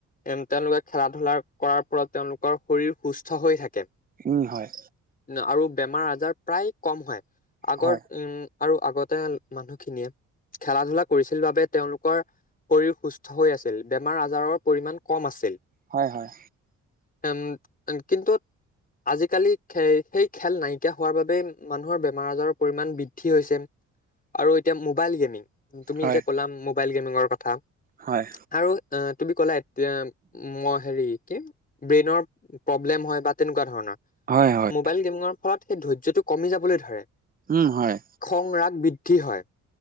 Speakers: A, on the left; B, on the right.
A: তেন তে‌ওলোকে খেলা ধূলা কৰাৰ ফলত তেওঁলোকৰ শৰীৰ সুস্থ হৈ থাকে।
B: উম হয়।
A: না আৰু বেমাৰ আজাৰ প্ৰায় কম হয়। আগৰ
B: হয়
A: উম আৰু আগতে মানুহখিনিয়ে খেলা ধূলা কৰিছিল বাবে তেওঁলোকৰ শৰীৰ সুস্থ হৈ আছিল, বেমাৰ আজাৰৰ পৰিমাণ কম আছিল।
B: হয়, হয়।
A: তেনে যেন কিন্তু আজিকালি খেই সেই খেল নাইকিয়া হোৱাৰ বাবেই মানুহৰ বেমাৰ আজাৰৰ পৰিমান বৃদ্ধি হৈছে। আৰু এতিয়া মোবাইল গেমিং, তুমি
B: হয়
A: যে ক'লা মোবাইল গেমিঙৰ কথা।
B: হয়।
A: আৰু আঁ তুমি ক'লা এতিয়া মই হেৰি কি ব্ৰেইনৰ প্ৰব্লেম হয় বা তেনুকৱা ধৰণৰ।
B: হয় হয়।
A: মোবাইল গেমিঙৰ ফলত সেই ধৈৰ্য্যটো কমি যাবলৈ ধৰে।
B: উম হয়।
A: খং - ৰাগ বৃদ্ধি হয়।